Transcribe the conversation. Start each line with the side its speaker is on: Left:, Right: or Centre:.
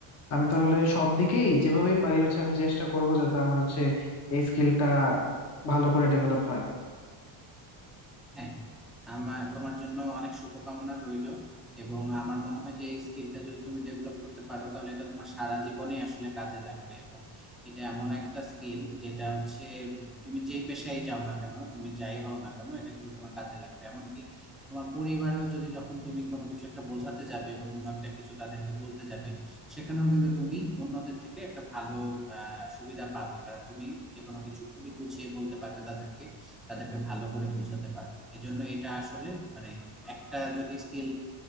Left: আমি তাহলে সব দিকেই যেভাবেই পারি হচ্ছে আমি চেষ্টা করব যাতে আমার হচ্ছে এই স্কিলটা ভালো করে ডেভেলপ হয়
Centre: হ্যাঁ আমার তোমার জন্য অনেক শুভকামনা রইলো এবং আমার মনে হয় যে এই স্কিলটা যদি তুমি ডেভেলপ করতে পারো তাহলে এটা তোমার সারা জীবনে আসলে কাজে লাগবে এবং এটা এমন একটা স্কিল যেটা হচ্ছে তুমি যেই পেশায় যাও না কেন তুমি যাই হও না কেন এটা কিন্তু তোমার কাজে লাগবে এমনকি তোমার পরিবারেও যদি যখন তুমি কোনো কিছু একটা বোঝাতে যাবে বা কোনো একটা কিছু তাদেরকে বলতে যাবে সেখানেও কিন্তু তুমি অন্যদের থেকে একটা ভালো আহ সুবিধা পাবে কারণ তুমি যে কোনো কিছু খুবই গুছিয়ে বলতে পারবে তাদেরকে তাদেরকে ভালো করে বোঝাতে পারবে এজন্য এটা আসলে মানে একটা যদি স্কিল